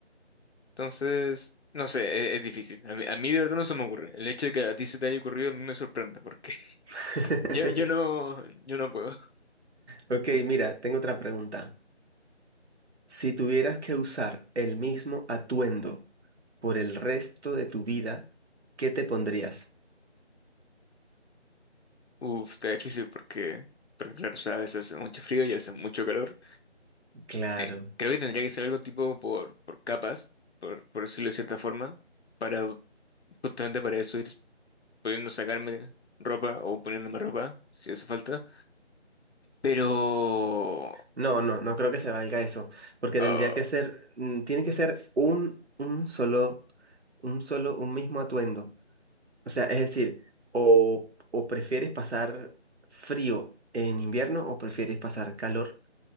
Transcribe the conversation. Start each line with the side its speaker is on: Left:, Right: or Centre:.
Left: Entonces, no sé, es, es difícil. A mí, a mí de verdad no se me ocurre. El hecho de que a ti se te haya ocurrido a mí me sorprende, porque
Right: <laughs>
Left: <laughs> yo, yo no, yo no puedo.
Right: Ok, mira, tengo otra pregunta. Si tuvieras que usar el mismo atuendo por el resto de tu vida, ¿qué te pondrías?
Left: Uf, está difícil porque, porque claro, o sea, <laughs> a veces hace mucho frío y hace mucho calor.
Right: Claro.
Left: Te- creo que tendría que ser algo tipo por, por capas, por, por decirlo de cierta forma, para justamente para eso ir pudiendo sacarme ropa o poniéndome ropa si hace falta. Pero...
Right: No, no, no creo que se valga eso, porque
Left: ah,
Right: tendría que ser, mm, tiene que ser un, un solo, un solo, un mismo atuendo. O sea, es decir, o, o prefieres pasar frío en invierno o prefieres pasar calor